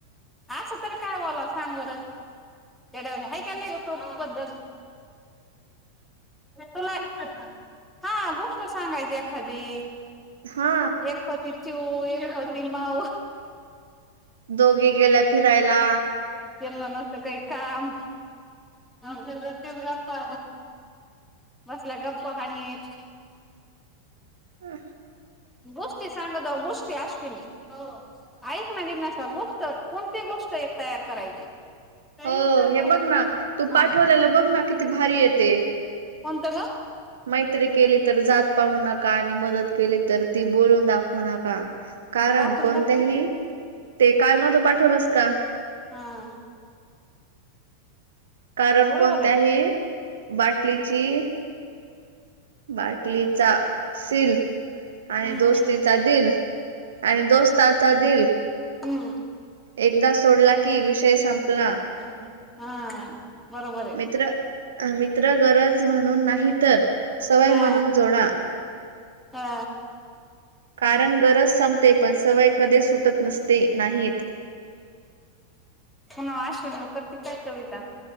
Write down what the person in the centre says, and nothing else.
असं तर काय वाला सांग बरं चड्यावने आहे का नाहीोख पद्धत तुलाांग हा गोष्ट सांगायची एखादी
एकखोती चिव एक होती माऊ
केना नसतं काही काम आपल्या ज ते गप्पा बसल्या गप्पा हाानत
गुष्टी संांगद गुष्टी अश्विनीिक ऐक ना जिज्ञसा गोष्ट कोणती गोष्ट एक तयार करायची काही
सांगायचं
आम
कोणत का
वाचून
दाखव
हम्म
बरोबर
आहे
हम्म
हम्म
ह हा बरोबर आहे
हा
हा
हो <unintelligible> न करती काय कविता